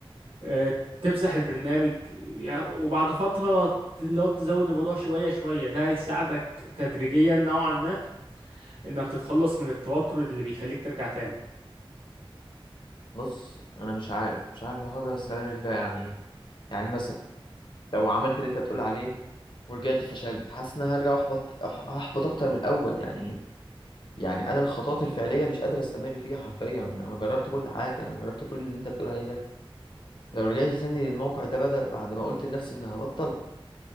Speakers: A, on the right; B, on the left.
A: آه، تمسح البرنامج يعني وبعد فترة لو تزود الموضوع شوية شوية ده هيساعدك تدريجيا نوعا ما انك تتخلص من التوتر اللي بيخليك ترجع تاني
B: بص انا مش عارف مش عارف لو هقدر استمر في ده يعني إيه. يعني مثلا لو عملت اللي انت بتقول عليه ورجعت فشلت حاسس ان انا هرجع احبط أح- هحبط اكتر من الاول يعني يعني انا الخطوات الفعليه مش قادر استمر فيها حرفيا انا جربت كل حاجه انا جربت كل اللي انت بتقول عليه ده لو رجعت تاني للموقع ده بدل بعد ما قلت لنفسي ان هبطل